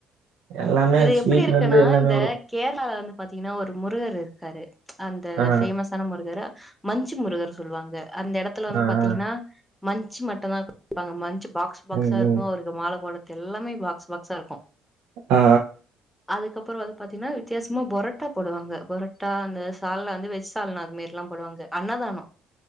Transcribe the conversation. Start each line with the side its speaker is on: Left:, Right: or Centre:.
Right: எல்லாமே
Centre: இது
Right: ஸ்வீட்ல
Centre: எப்டி இருக்குனா
Right: இருந்து எல்லாமே
Centre: இந்த
Right: வரு
Centre: கேரளால வந்து பாத்தீங்கன்னா ஒரு முருகர் இருக்காரு அந்த
Right: ஆ
Centre: ஃபேமஸ்சான முருகரு மஞ்சு முருகர் சொல்லுவாங்க அந்த எடத்துலா வந்து
Right: ஆ ஆ ஆ
Centre: பாத்தீங்கன்னா மஞ்சு மட்டுதாப் குடுப் பாங்க மஞ்சு பாக்ஸ் பாக்ஸா
Right: ம்
Centre: ருக்கு
Right: ம்
Centre: அவருக்கு மாலை போடத்து எல்லாமே பாக்ஸ் பாக்ஸா இருக்கு
Right: ஆ
Centre: அதுக்கப்பறோ வந்து பாத்தீங்கன்னா வித்தியாசமா பொரோட்டா போடுவாங்க பொரோட்டா அந்த சால்னா வந்து வெஜ் சால்ன்ன அது மேரிலா போடுவாங்க அன்ன தானோ